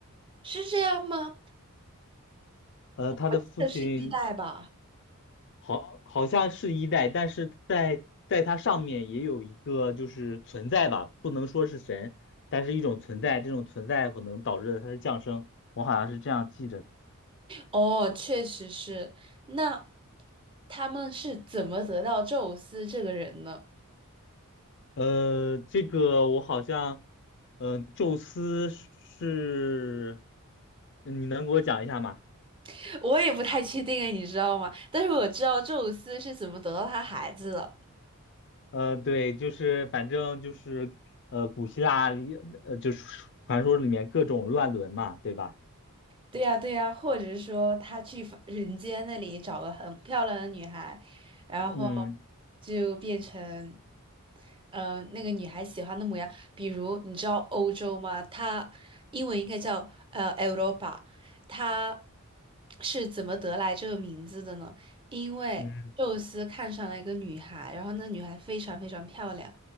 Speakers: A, on the right (about 25°); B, on the left (about 55°).
A: 是这样吗？
B: 呃，
A: 我记得是一代吧。
B: 他的父亲好，好像是一代，但是在在它上面也有一个就是存在吧，不能说是神，但是一种存在，这种存在可能导致了它的降生，我好像是这样记着的。
A: 哦，确实是。那他们是怎么得到宙斯这个人呢？
B: 呃，这个我好像，呃，宙斯是，你能给我讲一下吗？
A: <laughs> 我也不太确定诶，你知道吗？但是我知道宙斯是怎么得到他孩子的。
B: 呃，对，就是反正就是呃，古希腊里呃就是传说里面各种乱伦嘛，对吧？
A: 对呀，对呀，或者是说他去凡人间那里找个很漂亮的女孩，然后
B: 嗯
A: 就变成，呃，那个女孩喜欢的模样。比如你知道欧洲吗？它英文应该叫呃 Europa，它是怎么得来这个名字的呢？因为宙斯看上了一个女孩，
B: 嗯，
A: 然后那女孩非常非常漂亮，